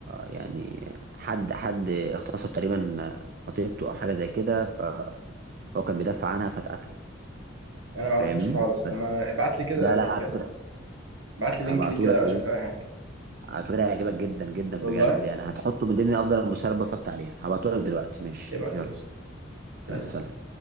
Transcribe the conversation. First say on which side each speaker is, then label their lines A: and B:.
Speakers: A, on the right; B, on the right.
A: يعني حد حد اغتصب تقريبا خطيبته او حاجه زي كده فهو كان بيدافع عنها فاتقتل
B: انا ما اعرفوش
A: فاهمني
B: خالص
A: بس-
B: طب ما ابعت لي كده
A: لا لا
B: لينك
A: على فكره
B: ابعت لي
A: هبعته
B: لينك ليه كده
A: لك
B: اشوف اي حاجه
A: على فكره هيعجبك جدا جدا
B: والله
A: بجد يعني هتحطه من ضمن افضل المسلسلات اللي اتفرجت عليها هبعته لك دلوقتي ماشي
B: ابعت
A: يلا
B: يا باشا سلام
A: مع السلامة